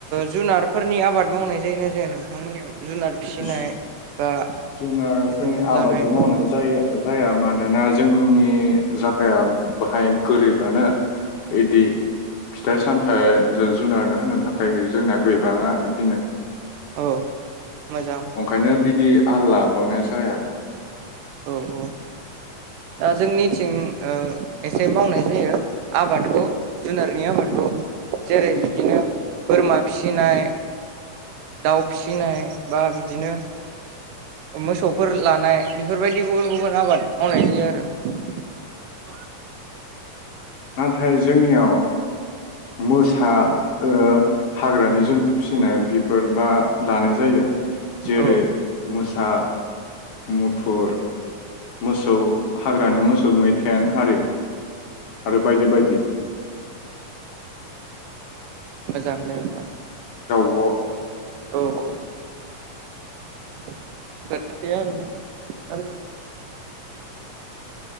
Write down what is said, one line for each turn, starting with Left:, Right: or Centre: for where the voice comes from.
Right: जुनारफोरनि आबाद मावनाय जायोना जाया नोंथांमोननियाव। जुनार फिसिनाय
Left: <unintelligible>
Right: बा
Left: जुनारफोरनि
Right: बेखौ
Left: आबादबो
Right: लानाय
Left: मावनाय जायो। जाया मानोना जोंनि जागाया बाहाय गोरिबानो बिदि फिथाइ सामथाइ जिब जुनारनो होनो थाखाय जोंना गोबाङा बिदिनो।
Right: औ। मोजां
Left: ओंखायनो बिदि आल लाबावनाय जाया।
Right: औ औ दा जोंनिथिं एसे मावनाय जायो आबादखौ जुनारनि आबादखौ जेरै बिदिनो बोरमा फिसिनाय दाउ फिसिनाय बा बिदिनो मोसौफोर लानाय बेफोरबायदि गुबुन गुबुन आबाद मावनाय जायो आरो।
Left: नाथाय। जोंनियाव मोसा ओ हाग्रानि जन्थु फिसिनाय बेफोरबा लानाय जायो। जेरै
Right: औ
Left: मोसा मुफुर मोसौ हाग <unintelligible> मैथेन हारि। आरो बायदि बायदि।
Right: मोजांनो होमा
Left: अ
Right: औ औ। <unintelligible> आरोना। आरो।